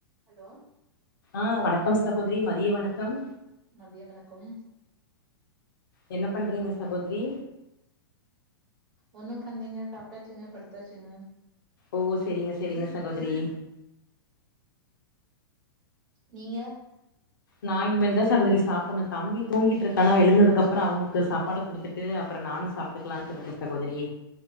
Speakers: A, on the right (about 30°); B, on the left (about 55°).
A: ஹலோ
B: ஆ வணக்கம் சகோதரி மதிய வணக்கம்
A: மதிய வணக்கோம்
B: என்ன பண்றீங்க சகோதிரி
A: ஒண்ணு பண்லைங்க சாப்டாச்சுங்க படுதாச்சுங்க
B: ஓ செரிங்க செரிங்க சகோதரி
A: நீங்க
B: நா இனமேல் தா சகோதரி சாப்பண்ணு தம்பி தூங்கிட்டுருக்கானா அவே எழுந்ததுக்கப்ரோ அவனுக்கு சாப்பாடு குடுத்துட்டு அப்ரோ நானு சாப் டுக்களான்ட்ருக்க சகோதிரி